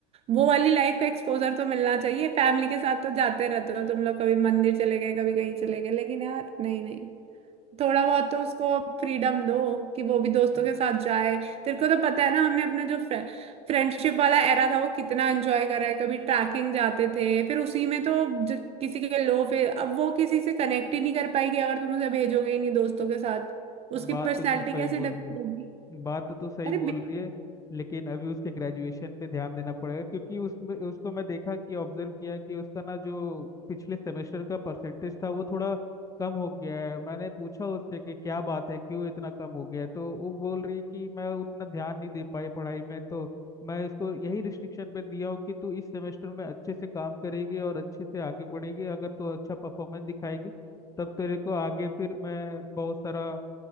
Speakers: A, on the right (about 30°); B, on the left (about 15°).
A: वो वाली लाइफ का एक्सपोजर तो मिलना चाहिए फैमिली के साथ तो जाते रहते हो तुम लोग कभी मंदिर चले गए कभी कहीं चले गए लेकिन यार नहीं नहीं थोड़ा बहुत तो उसको फ्रीडम दो कि वो भी दोस्तों
B: मैं
A: के साथ जाए तेरे को तो पता है ना हमने अपने जो फ्रेंडशिप वाला एरा था वो कितना एंजॉय करा है कभी ट्रैकिंग जाते थे फिर उसी में तो ज- किसी के लो फिर अब वो किसी से कनेक्ट ही नहीं कर पाएगी अगर तुम उसे भेजोगे ही नहीं दोस्तों के साथ उसकी
B: बात
A: पर्सनैलिटी
B: तो तू सही
A: कैसे
B: बोल
A: डेवलप
B: रही है
A: होगी
B: बात तो तू सही
A: अरे
B: बोल रही है लेकिन अभी उसके ग्रेजुएशन पे ध्यान देना पड़ेगा क्योंकि उसमें उसको मैं देखा कि ऑब्जर्व किया कि उसका ना जो पिछले सेमेस्टर का परसेंटेज था वो थोड़ा कम हो गया है मैंने पूछा उससे कि क्या बात है क्यों इतना कम हो गया है तो वो बोल रही कि मैं उतना ध्यान नहीं दे पाई पढ़ाई में तो मैं इसको यही रिस्ट्रिक्शन पे दिया हूँ कि तू इस सेमेस्टर में अच्छे से काम करेगी और अच्छे से आगे बढ़ेगी अगर तू अच्छा परफॉर्मेंस दिखाएगी तब तेरे को आगे फिर मैं बहुत सारा